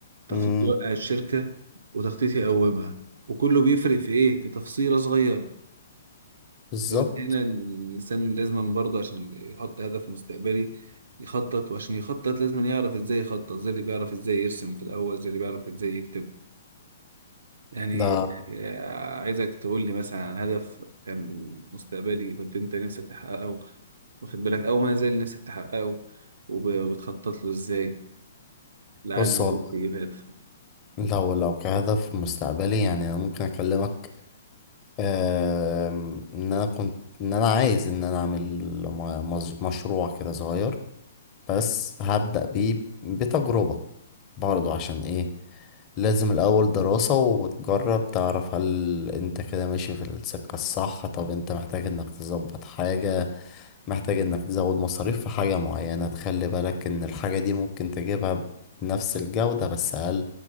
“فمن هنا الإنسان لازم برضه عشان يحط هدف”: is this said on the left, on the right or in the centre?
Right